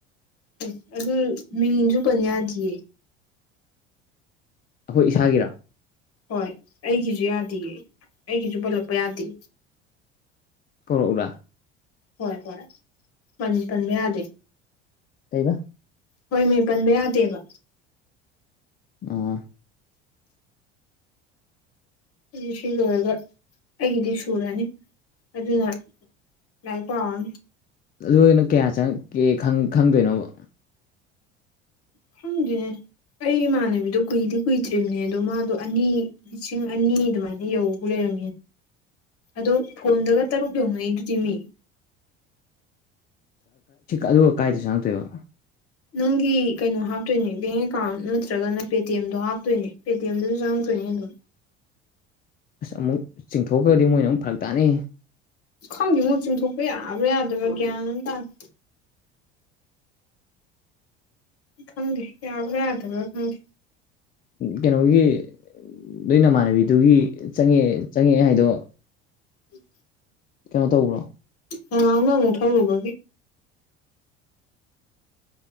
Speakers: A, on the left; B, on the left.
A: ꯎ ꯑꯗꯨ ꯃꯤꯡꯁꯨ ꯄꯟ ꯌꯥꯗ꯭ꯌꯦ
B: ꯑꯩꯈꯣꯏ ꯏꯁꯥꯒꯤꯔꯥ
A: ꯍꯣꯏ ꯑꯩꯒꯤꯁꯨ ꯌꯥꯗꯦ ꯑꯩꯒꯤꯁꯨ ꯄꯜꯂꯛꯄ ꯌꯥꯗꯦ
B: ꯀꯔꯛꯥ
A: ꯍꯣꯏ ꯍꯣꯏ ꯄꯟꯕ ꯌꯥꯗꯦ
B: ꯀꯩꯕ
A: ꯍꯣꯏ ꯃꯤ ꯄꯟꯕ ꯌꯥꯗꯦꯕ
B: ꯑ
A: ꯑꯩ ꯁꯤ ꯂꯣꯏꯔꯒ ꯑꯩꯒꯤꯗꯤ ꯁꯨꯔꯅꯤ ꯑꯗꯨꯅ ꯉꯥꯏ ꯀꯣꯟ
B: ꯑꯗꯨꯅ ꯀꯌꯥ ꯆꯪꯉꯛꯀꯦ ꯈꯪꯗꯣꯏꯅꯣꯕ
A: ꯈꯪꯒꯦ ꯑꯩ ꯏꯃꯥꯟꯅꯕꯤꯗꯣ ꯀꯨꯏꯗꯤ ꯀꯨꯏꯗ꯭ꯔꯤꯕꯅꯦ ꯑꯗꯣ ꯃꯥꯗꯣ ꯑꯅꯤ ꯂꯤꯁꯤꯡ ꯑꯅꯤ ꯑꯗꯨꯃꯥꯏꯅ ꯌꯧꯕ ꯂꯩꯔ ꯑꯗꯣ ꯐꯣꯟꯗꯒ ꯇꯔꯨꯛ ꯌꯧꯅꯩ ꯑꯗꯨꯗꯤ ꯃꯤ
B: ꯑꯗꯨꯒ ꯀꯥꯏꯗ ꯆꯪꯉꯛꯇꯣꯏꯕ
A: ꯅꯪꯒꯤ ꯀꯩꯅꯣ ꯍꯥꯞꯇꯣꯏꯅꯦ ꯕꯦꯡ ꯑꯦꯀꯥꯎꯟ ꯅꯠꯇ꯭ꯔꯒꯅ ꯄꯦꯇꯤ ꯑꯦꯝꯗꯣ ꯍꯥꯞꯇꯣꯏꯅꯦ ꯄꯦ ꯇꯤ ꯑꯦꯝꯗꯁꯨ ꯆ ꯀ ꯑꯗꯨꯝ
B: ꯑꯁ ꯑꯃꯨꯛ ꯆꯤꯡꯊꯣꯛꯈ꯭ꯔꯗꯤ ꯃꯣꯏꯅ ꯑꯃꯨꯛ ꯐꯔꯛ ꯇꯥꯅ
A: ꯁꯈꯥꯡꯗꯤ ꯃꯨ ꯆꯤꯡꯊꯣꯛꯄ ꯌꯥꯕ꯭ꯔꯥ ꯌꯥꯗꯕ꯭ꯔꯥ ꯒ꯭ꯌꯥꯟ ꯑꯃ ꯇꯥꯗꯦ ꯈꯪꯗꯦ ꯌꯥꯕ ꯌꯥꯗꯕ ꯈꯪꯦ
B: ꯀꯩꯅꯣꯒꯤ ꯅ ꯅꯃꯥꯟꯅꯕꯤꯗꯨꯒꯤ ꯆꯪꯉꯛ ꯆꯪꯉꯛꯑꯦ ꯍꯥꯏꯗꯣ
A: ꯎꯝ
B: ꯀꯩꯅꯣ ꯇꯧꯕ꯭ꯔꯣ
A: ꯍ ꯉꯥꯎꯅ ꯃꯨ ꯊꯥꯎꯗ